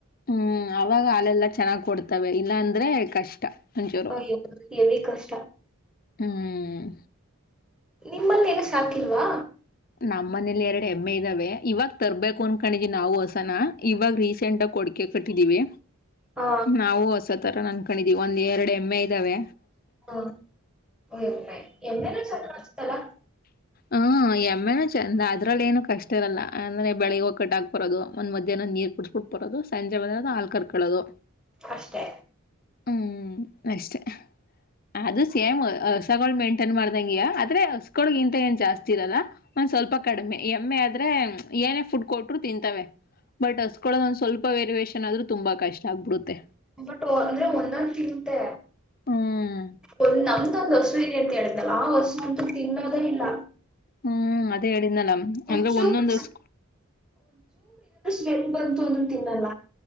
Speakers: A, on the left; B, in the centre.
A: ಹ್ಮ್ ಅವಾಗ ಹಾಲೆಲ್ಲ ಚೆನ್ನಾಗ್ ಕೊಡ್ತವೆ ಇಲ್ಲಾ ಅಂದ್ರೆ ಕಷ್ಟ ಒಂಚೂರು
B: ಹ ಎ ಹೆವಿ ಕಷ್ಟ.
A: ಹ್ಮ್
B: ನಿಮ್ಮಲ್ಲೆನು ಸಾಕಿಲ್ವಾ.
A: ನಮ್ಮ ಮನೇಲಿ ಎರಡು ಏಮ್ಮೆ ಇದಾವೆ ಇವಾಗ ತರ್ಬೇಕು ಅನ್ಕೊಂಡಿದ್ವಿ ನಾವು ಹಸಾನಾ ಇವಾಗ ರೀಸೆಂಟ್ಗ ಕೊಡಿಕೆ ಕಟ್ಟಿದೀವಿ
B: ಹಾ
A: ನಾವು ಹಸ ತರಣ ಆನ್ಕೊಂಡಿದೀವಿ ಒಂದ್ ಎರಡು ಎಮ್ಮೆ ಇದಾವೆ.
B: ಹ ಓ ಎಮ್ಮೆನು ಚೆನಾಗನಿಸುತ್ತಲ್ಲ.
A: ಹ್ಮ ಎಮ್ಮೆನು ಚಂದ. ಅದರಲ್ಲಿ ಏನು ಕಷ್ಟ ಇರಲ್ಲ ಅಂದ್ರೆ ಬೆಳಿಗ್ಗೆ ಹೋಗ್ ಕಟ್ಟ ಆಕ್ ಬರೋದು ಒಂದು ಮಧ್ಯಾಹ್ನ ನೀರು ಕುಡಿಸಸ್ಬಿಟ್ಟುರೋದು ಸಂಜೆ ಬಂದ ಆ ಹಾಲ್ ಕರಕಳದು.
B: ಅಷ್ಟೆ
A: ಹ್ಮ್ ಅಷ್ಟೇ ಅದು ಸೇಮ್ ಹಸಗಳ ಮೇಂಟೈನ್ ಮಾಡ್ದಂಗ್ಯ ಆದ್ರೆ ಗಿಂತ ಏನ್ ಜಾಸ್ತಿ ಇರಲ್ಲ ಒಂದ್ ಸ್ವಲ್ಪ ಕಡಿಮೆ ಎಮ್ಮೆ ಆದ್ರೆ ಏನೇ ಫುಡ್ ಕೊಟ್ರು ತಿಂತವೆ. ಬಟ್ ಹಸ್ಕೊಳದ ಒಂದ್ ಸ್ವಲ್ಪ ವೇರಿಯೇಷನ್ ಆದ್ರೂ ತುಂಬಾ ಕಷ್ಟ ಆಗ್ಬಿಡುತ್ತೆ.
B: ಬಟ್ ವ ಅಂದ್ರೆ ಒಂದೊಂದ ತಿಂತೆ.
A: ಹ್ಮ್
B: ಒಂದ್ ನಮ್ದು ಒಂದ್ ಹಸು ಇದೆ ಅಂತ ಹೇಳಿದ್ನಲ್ಲ ಆ ಹಸು ಅಂತ್ರು ತಿನ್ನೋದೇ ಇಲ್ಲ.
A: ಹ್ಮ್ ಅದೇ ಹೇಳಿದ್ನ ನ
B: ಒಂಚೂರು
A: ಅಂದ್ರೆ ಒಂದೊಂದ್ ದಿವಸ್
B: ಕೆಲ್ ಬಂತು ಅಂದು ತಿನ್ನಲ್ಲ